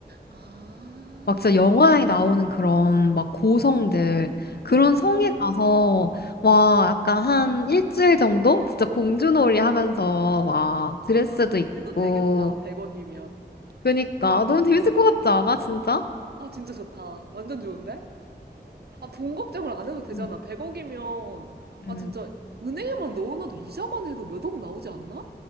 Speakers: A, on the right; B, on the left.
A: 아,
B: 막 진짜 영화에 나오는 그런 막 고성들,
A: 오,
B: 그런 성에
A: 진짜
B: 가서,
A: 예뻐.
B: 와, 약간 한 일주일 정도? 진짜 공주놀이 하면서, 와, 드레스도
A: 아, 근데
B: 입고,
A: 해도 되겠다. 100억이면.
B: 그니까, 너무 재밌을 것 같지 않아, 진짜?
A: 아, 진짜 좋다. 완전 좋은데? 아, 돈 걱정을 안 해도 되잖아.
B: 음,
A: 100억이면,
B: 음.
A: 아, 진짜, 은행에만 넣어놔도 이자만 해도 몇 억 나오지 않나?